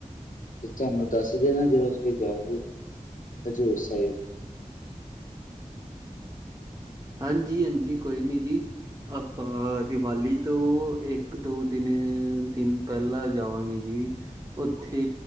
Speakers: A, on the left (about 70°); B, on the right (about 25°).
A: ਤੇ ਤੁਹਾਨੂੰ ਦੱਸ ਦੇਵਾ ਨਾ ਜਦੋਂ ਤੁਸੀਂ ਜਾਓਗੇ ਹਜ਼ੂਰ ਸਾਹਿਬ
B: ਹਾਂਜੀ-ਹਾਂਜੀ ਕੋਈ ਨੀ ਜੀ। ਆਪਾਂ ਦੀਵਾਲੀ ਤੋਂ ਇੱਕ -ਦੋ ਦਿਨ-ਦਿਨ ਪਹਿਲਾਂ ਜਾਵਾਂਗੇ ਜੀ। ਉੱਥੇ